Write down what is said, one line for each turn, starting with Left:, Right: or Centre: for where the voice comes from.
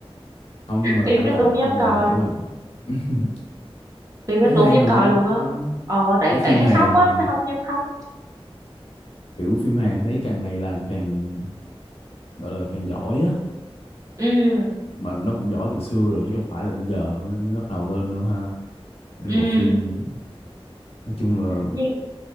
Left: không nhưng mà
Right: phim
Left: cảm
Right: đó
Left: động
Right: tôi không dám
Left: công
Right: coi
Left: nhận là cảm
Right: luôn
Left: động <laughs>
Right: phim đó
Left: thấy
Right: tôi
Left: hay
Right: không dám
Left: mà
Right: coi
Left: ha
Right: luôn á
Left: thấy
Right: ờ tại
Left: thấy phim
Right: tại thấy
Left: Hàn
Right: khóc á tôi không dám khóc
Left: kiểu phim Hàn thấy càng ngày làm càng gọi là càng giỏi á
Right: ừ
Left: mà nó cũng giỏi từ xưa rồi chứ đâu phải là bây giờ mới bắt đầu lên đâu ha mấy
Right: ừ
Left: bộ phim nói chung là
Right: nhưng